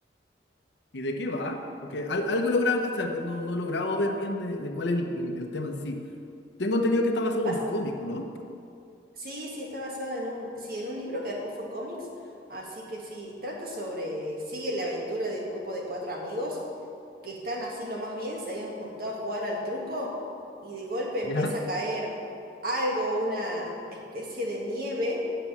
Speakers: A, on the left; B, on the right.
A: ¿Y de qué va? Porque al- algo he logrado cachar, pero no, no he logrado ver bien de, de cuál es el, el- el tema en sí. Tengo entendido que está basado
B: ¿Vas?
A: en un cómic, ¿o ¿no?
B: Sí, sí, está basada en un, sí, en un libro que después fue cómics, así que sí, trata sobre, sigue la aventura de un grupo de cuatro amigos que están así lo más bien, se habían juntado a jugar al truco y de golpe
A: ¿Ya?
B: empieza a caer algo, una especie de nieve,